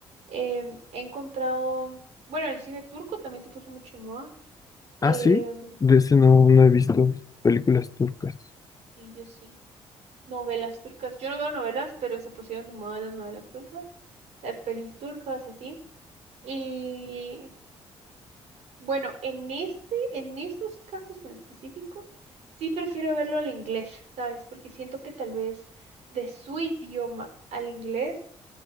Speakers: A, on the right (about 75°); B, on the left (about 30°).
A: Em, he encontrado, bueno, el cine turco también se puso mucho en moda.
B: Ah,
A: Em,
B: sí, de ese no,
A: sí,
B: no he visto películas turcas.
A: sí, yo sí. Novelas turcas. Yo no veo novelas, pero se pusieron de moda las novelas turcas, las pelis turcas y así. Y Bueno, en ese, en esos casos en específico, sí prefiero verlo al inglés, ¿sabes? Porque siento que tal vez de su idioma al inglés